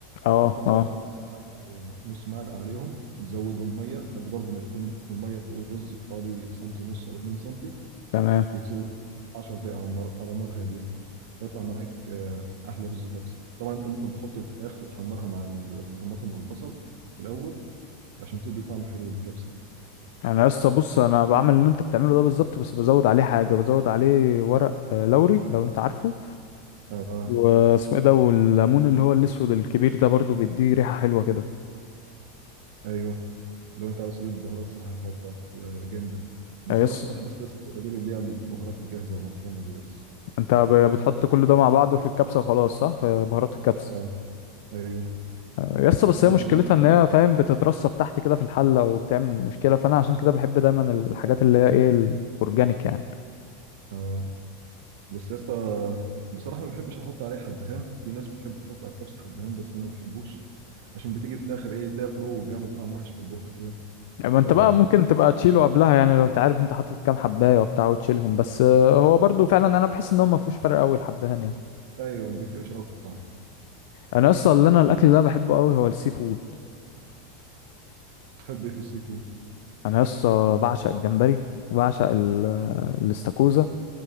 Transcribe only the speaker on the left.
اه
اه
تمام
انا لسه بص انا بعمل اللي انت بتعمله ده بالظبط بس بزود عليه حاجه بزود عليه ورق آه، لوري لو انت عارفه
واسمه ايه ده والليمون اللي هو الاسود الكبير ده برضو بيديه ريحه حلوه كده
آه، يس
انت ب- بتحط كل ده مع بعضه في الكبسه وخلاص صح في بهارات الكبسه
يس بس
هي مشكلتها
ان هي فاهم
بتترصد تحت كده في الحله وبتعمل مشكله فانا عشان كده بحب دايما الحاجات اللي هي ايه الاورجانيك يعني
يعني ما انت
بقى ممكن تبقى تشيله قبلها يعني لو انت عارف انت حاطط كام حبايه وبتاع وتشيلهم بس آه، هو برضو فعلا انا بحس ان هو ما فيهوش فرق قوي الحبهان يعني
انا اصلا اللي انا الاكل اللي انا بحبه قوي هو السي فود
انا لسه بعشق الجمبري وبعشق ال- آه، الاستاكوزا